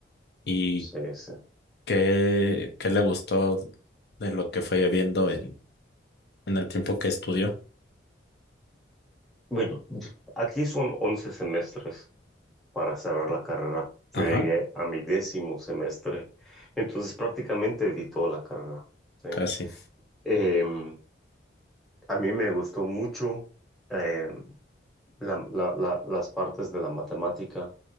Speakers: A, on the left (about 60°); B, in the centre.
A: ¿Y
B: Sí, sí.
A: ¿Qué, qué le gustó de lo que fue viendo en, en el tiempo que estudió?
B: Bueno, aquí son 11 semestres para cerrar la carrera. Yo
A: Ajá,
B: llegué a mi décimo semestre, entonces prácticamente vi toda la carrera. Sí.
A: casi.
B: Em, a mí me gustó mucho em, la- la- la- las partes de la matemática.